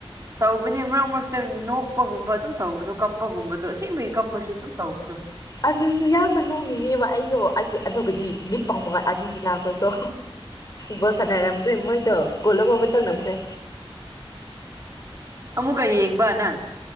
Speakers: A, on the right (about 35°); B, on the left (about 35°).
A: ꯇꯧꯕꯅꯦ ꯃꯔꯛ ꯃꯔꯛꯇ ꯅꯣꯛꯄꯒꯨꯝꯕ ꯑꯗꯨꯝ ꯇꯧꯕꯗꯣ ꯀꯞꯄꯒꯨꯝꯕꯗꯣ ꯑꯁꯦꯡꯕꯒꯤ ꯀꯞꯄꯁꯨ ꯑꯗꯨꯝ ꯇꯧꯕꯗꯣ
B: ꯑꯗꯨꯁꯨ ꯌꯥꯝꯅ ꯅꯣꯡꯅꯤꯡꯉꯦꯕ ꯑꯩꯗꯣ <unintelligible> ꯑꯗꯨꯕꯨꯗꯤ ꯃꯤꯠ ꯄꯥꯡꯕꯒ ꯑꯥꯔꯖꯦꯟꯇꯤꯅꯥꯈꯣꯏꯗꯣ ꯕꯣꯜ ꯁꯥꯟꯅꯔꯝꯈ꯭ꯔꯦ ꯃꯣꯏꯗꯣ ꯒꯣꯜ ꯑꯃꯃ ꯆꯪꯗꯝꯈ꯭ꯔꯦ
A: ꯑꯃꯨꯛꯀ ꯌꯦꯡꯕ ꯅꯪ